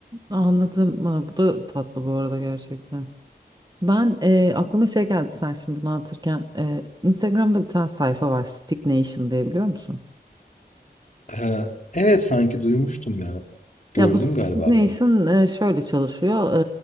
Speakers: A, on the right; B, on the left.
A: Anladım. Ha, bu da tatlı bu arada gerçekten. Ben e, aklıma şey geldi sen şimdi bunu anlatırken E, Instagram'da bir tane sayfa var Stick Nation diye biliyor musun?
B: Ee, evet sanki duymuştum ya. Gördüm
A: Ya bu Stick
B: galiba
A: Nation
B: ben. onu.
A: e, şöyle çalışıyor